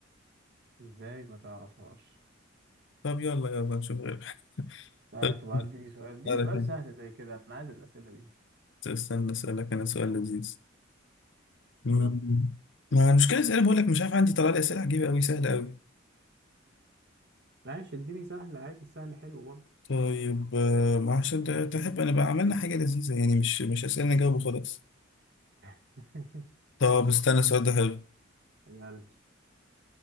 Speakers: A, on the right; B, on the left.
A: ازاي ما تعرفهاش
B: طب يلا يلا نشوف غيرها
A: آه،
B: طب
A: طب اديني سؤال اديني
B: اسالك
A: سؤال
B: انا
A: سهل زي كده انا عايز الاسئله دي
B: استنى اسالك انا سؤال لذيذ مم.
A: يلا
B: ما المشكله اسئله بقول لك مش عارف عندي طلع لي اسئله عجيبه قوي سهله قوي
A: ماشي اديني سهل عادي السهل حلو برضه
B: طيب آه، ما عشان ده- تحب انا بقى عملنا حاجه لذيذه يعني مش مش اسئله نجاوب وخلاص
A: <laughs>
B: طب استنى السؤال ده حلو
A: يلا